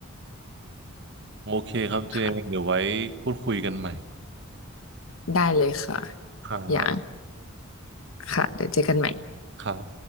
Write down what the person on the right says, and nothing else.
โอเคครับเจงเดี๋ยวไว้พูดคุยกันใหม่
ครับ
ครับ